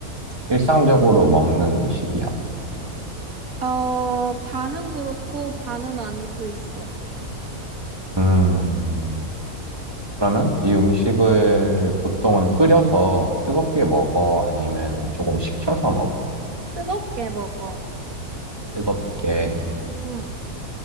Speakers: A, on the right; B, on the right.
A: 일상적으로 먹는 음식이야.
B: 어, 반은 그렇고, 반은 아닐 수 있어.
A: 음, 그러면 이 음식을 보통은 끓여서 뜨겁게 먹어? 아니면 조금 식혀서 먹어?
B: 뜨겁게 먹어.
A: 뜨겁게.
B: 응,